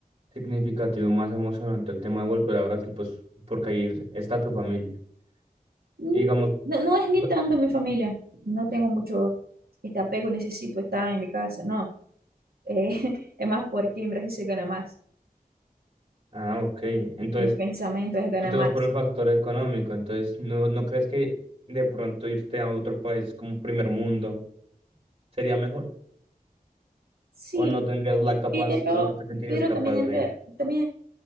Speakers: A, on the right; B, on the right.
A: significativo, más emocionante el tema de volver a Brasil, pues porque ahí está tu familia.
B: Mm,
A: Y digamos,
B: No, no es ni
A: bu-
B: tanto mi familia. No tengo mucho este apego, necesito estar en mi casa, no. Eh, <laughs> es más porque en Brasil se gana más.
A: ah, ok, entonces...
B: Mi pensamiento es ganar
A: tú te
B: más.
A: vas por el factor económico, entonces ¿no, no crees que de pronto irte a otro país como primer mundo sería mejor?
B: Sí,
A: ¿O no tendrías la capacidad,
B: pero,
A: o no te sentirías
B: pero
A: capaz
B: también, entre,
A: de?
B: también